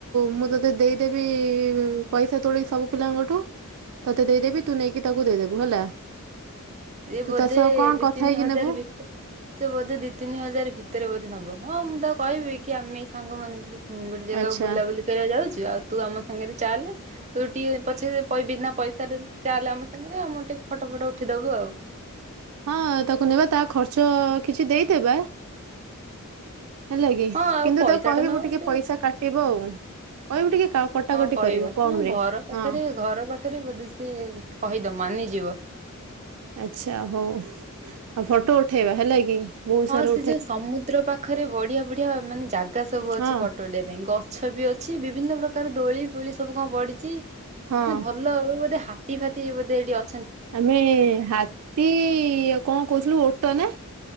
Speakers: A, on the right; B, on the right.
A: ମୁଁ ତଦେ ଦେଇଦେବି ପଇସା ତୋଳି ସବୁ ପିଲାଙ୍କଠୁ ତତେ ଦେଇଦେବି ତୁ ନେଇକି ତାକୁ ଦେଇଦେବୁ ହେଲା।
B: ଏ
A: ତୁ
B: ବୋଧେ
A: ତା ସହ କଣ
B: ଦି
A: କଥା
B: ତିନି
A: ହେଇକି
B: ହଜାର
A: ନେବୁ
B: ଭିତରେ ସେ ବୋଧେ ଦି ତିନି ହଜାର ଭିତରେ ବୋଧେ ନବ ହଁ ମୁଁ ତା କହିବି କି ଆମେ ସାଙ୍ଗମାନେ ଟିକେ ଗୋଟେ ଜାଗା
A: ଆଚ୍ଛା
B: ବୁଲାବୁଲି କରିବା ଯାଉଛୁ ଆଉ ତୁ ଆମ ସାଙ୍ଗରେ ଚାଲେ। ତୁ ଟିକେ ପଛେ ବିନା ପଇସାରେ ଚାଲେ ଆମ ସାଙ୍ଗରେ ଆ ମୁଁ ଟିକେ ଫଟୋ ଫଟ ଉଠିଦବୁ ଆଉ।
A: ହଁ ତାକୁ ନେବା ତା ଖର୍ଚ୍ଚ କିଛି ଦେଇଦବା। ହେଲା କି
B: ହଁ ଆଉ
A: କିନ୍ତୁ
B: ପଇସା
A: ତାକୁ କହିବୁ
B: ଟା ନବ
A: ଟିକେ
B: ସେ
A: ପଇସା କାଟିବ ଆଉ। କହିବୁ ଟିକେ କା କଟାକଟି
B: ହଁ କହିବାଁ
A: କରିବ କମ ରେ
B: ଘର ପାଖରେ
A: ହଁ
B: ଘର ପାଖରେ ବୋଧେ ସି କହିଦ ତ ମାନିଯିବ।
A: ଆଛା ହଉ ଆଉ ଫଟୋ ଉଠେଇବା ହେଲା କି। ବହୁତ
B: ହଁ
A: ସାରା
B: ସେ
A: ଉଠେଇ
B: ଯୋଉ ସମୁଦ୍ର ପାଖରେ ବଢିଆ ବଢିଆ ମାନେ ଜାଗା ଜାଗା ସବୁ ଅଛି
A: ହଁ
B: ଫଟୋ ଉଡେଇିବା ପାଇଁ ଗଛ ବି ଅଛି ବିଭିନ୍ନ ପ୍ରକାର ଦୋଳି ଫୋଳି ସବୁ କଣ ପଡିଛି।
A: ହଁ
B: ମେ ଭଲ ବୋଧେ ହାତୀ ଫାଟି ବୋଧେ ଏଠି ଅ
A: ଆମେ ହାତୀ କଣ କହୁଥିଲୁ ଓଟ ନା?